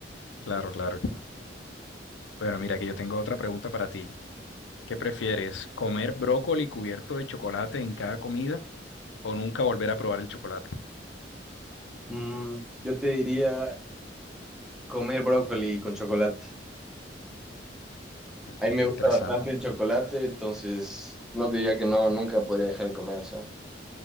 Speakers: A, on the left; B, in the centre.
A: Claro, claro. Bueno, mira, que yo tengo otra pregunta para ti. ¿Qué prefieres? ¿Comer brócoli cubierto de chocolate en cada comida o nunca volver a probar el chocolate?
B: Mm, yo te diría comer brócoli con chocolate.
A: Ok,
B: A mí me
A: interesante.
B: gusta bastante el chocolate, entonces no te diría que no, nunca podría dejar de comer, o sea,